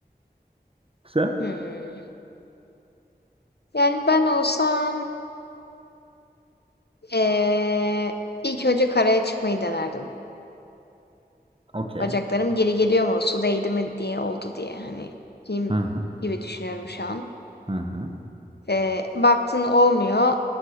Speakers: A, on the right; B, on the left.
A: Sen?
B: Hmm. Yani ben olsam eee, ilk önce karaya çıkmayı denerdim.
A: Okey.
B: Bacaklarım geri geliyor mu? Su değdi mi diye oldu diye hani film
A: Hı hı
B: gibi düşünüyorum şu an.
A: hı hı
B: Eee, baktın olmuyor.